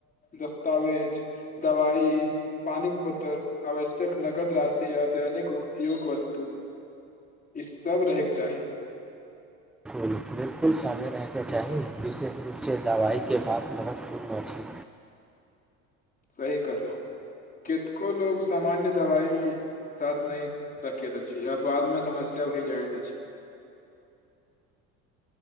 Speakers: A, on the left; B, in the centre.
A: दस्तावेज दवाई पानीक बोतल आवश्यक नगद राशि आध्यनिक उपयोग वस्तु ई सब रहैके चाही
B: फूल बिल्कुल सादे रहैके चाही विशेष रूपसँ दवाइके बात महत्वपूर्ण अछि
A: सही कहलो कितको लोग सामान्य दवाई साथ नहि रखैत अछि या बादमे समस्या भी जायैत अछि